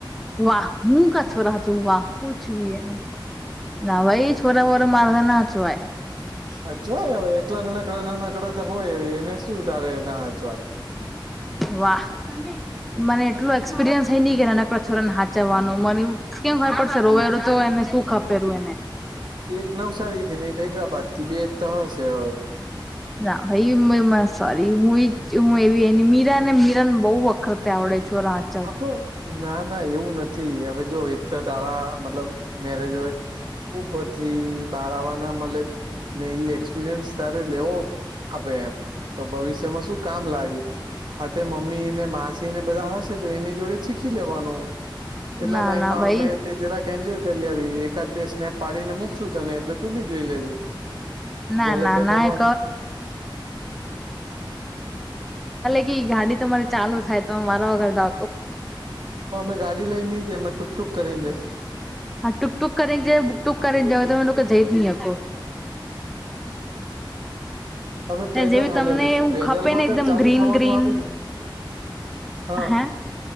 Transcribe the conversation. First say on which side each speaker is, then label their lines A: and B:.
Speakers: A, in the centre; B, on the right.
A: વાહ હું કા છોરા સાચવવું, વાહ કુછ વી એને. ના ભાઈ છોરા વોરા મારા થી ના હચવાય.
B: સાચવાય હવે એટલા નાનકડા નાનકડા તો હોય એને શું તારે ના સાચવાશે.
A: વાહ મને એટલું એક્સપિરિયન્સ થય નહિ કે નાનકડા છોરાને હા ચવાનું મને કેમ ખબર પડશે કે રોવે તો એને સુ ખપેલું એને
B: એક નવસારી થી એક હૈદરાબાદ થી બે ત્રણ હશે હવે
A: ના ભાઈ સોરી હું હું એવી મીરા ને મીરાને બહુ વક્રતા આવડે છોડાનું
B: હા પણ ના ના એવું નથી હવે જો એક તો તારા મતલબ મેરેજ હોય ઉપરથી બહાર આવવા ના મલે ને એ એક્સપિરિયન્સ તારે લેવો આપે એમ તો ભવિષ્યમાં શું કામ લાગે હાથે મમ્મી ને માસી ને બધા <unintelligible> તો એની જોડે શીખી લેવાનું એટલા
A: ના
B: ટાઈમમાં
A: ના ભાઈ
B: અમે તે જરાક એન્જોય કરી આવી એકાદ બે સ્નેપ પાડીને મૂકશું તને એટલે તું બી જોઈ લેજે.
A: ના
B: જલેબી
A: ના ના ના
B: નમક
A: <unintelligible> <unintelligible> ગાડી તમારી ચાલુ થાય તો મારા વગર <unintelligible>
B: તો અમે ગાડી લઈને નઈ જીએ અમે ટૂક ટુંક કરીને જશે
A: હા ટૂક ટુક કરીને જય બુક ટુક કરી ને જવ તમે લોકો જઈ જ ની હકો
B: અમે પેદલ
A: જેવી
B: હાલ્યા
A: તમને
B: જશું
A: હું
B: પેદલમાં
A: ખપે ને
B: તો
A: એકદમ
B: ચાલુ
A: ગ્રીન
B: થવાનું
A: ગ્રીન
B: આવે જ ને હા
A: હે